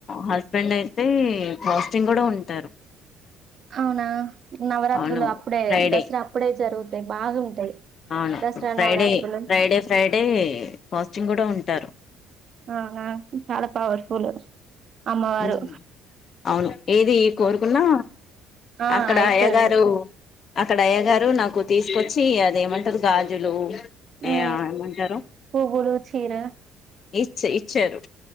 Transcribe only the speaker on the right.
హవున నవరాత్రులు
అప్పుడే
దసరా అప్పుడే జరుగుతాయి బాగుంటాయి
దసరా
నవరాత్రులు
ఆ చాల పవర్ఫుల్ అమ్మవారు
ఆ
అయితది
ఉమ్
పువ్వులు చీర